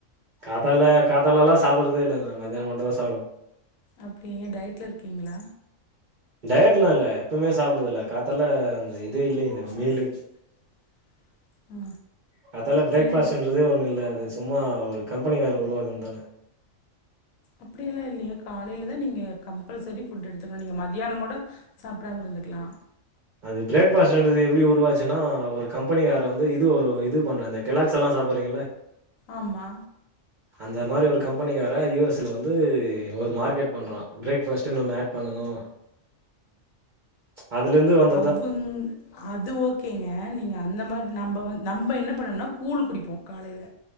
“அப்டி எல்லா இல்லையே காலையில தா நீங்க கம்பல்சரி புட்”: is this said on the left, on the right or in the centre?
Left